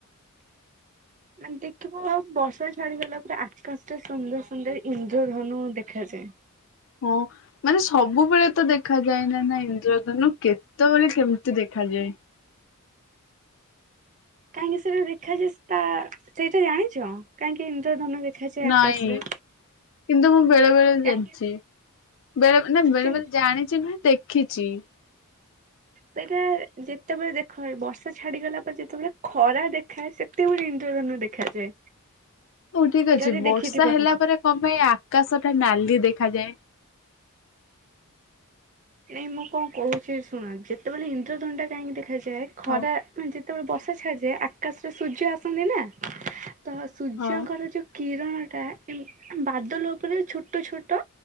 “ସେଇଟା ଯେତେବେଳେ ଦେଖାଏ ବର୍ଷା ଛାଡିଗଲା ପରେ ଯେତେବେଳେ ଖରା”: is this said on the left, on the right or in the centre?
Right